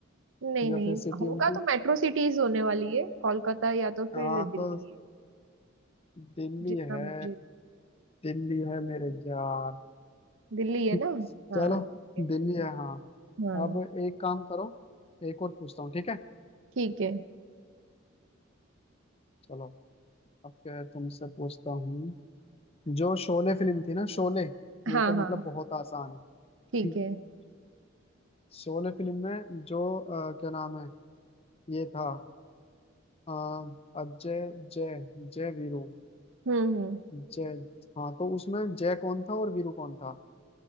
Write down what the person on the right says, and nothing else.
नहीं
नहीं
होगा
तो मेट्रो सिटीज होने वाली है कोलकाता या तो फिर
दिल्ली
है
जितना
मुझे
दिल्ली
है ना हाँ
ठीक है
हाँ
ठीक है
हाँ
हाँ
हाँ,
ठीक
है
हम्म हम्म